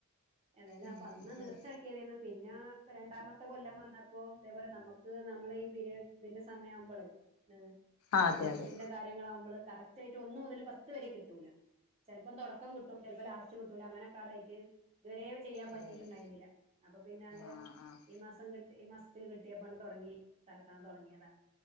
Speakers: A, on the right; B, on the left.
A: ഏതായാലും
B: ഉം
A: അപ്പൊ അന്ന്
B: അത് ശരിയാ
A: നീർച്ചയാക്കിയതെന്ന് പിന്നെ ഇപ്പ രണ്ടാമത്തെ കൊല്ലം വന്നപ്പോ അതേപോലെ നമുക്ക് നമ്മള ഈ പീരയഡ്സ്ന്റെ സമയയാവുമ്പോള് <inaudible>
B: ആഹ് അതെ
A: മൻസസിന്റെ
B: അതെ
A: കാര്യങ്ങളകുമ്പള് കറക്റ്റ് ആയിട്ട് ഒന്നു മുതൽ പത്ത് വരെ കിട്ടൂല ചിലപ്പം തുടക്കം കിട്ടും ചിലപ്പോ ലാസ്റ്റ്- കിട്ടൂല അങ്ങനെ കേടായിട്ട് ഇത് വരെ ചെയ്യാൻ പറ്റിട്ടുണ്ടായിരുന്നില്ല
B: അതെ അതെ
A: അപ്പൊ പിന്നാണ്ട്
B: ആഹ് ആഹ്
A: ഈ മാസം കിട്ട് ഈ മാസം- ത്തിൽ കിട്ടിയ പണി തൊടങ്ങി തറക്കാൻ തുടങ്ങിയതാണ്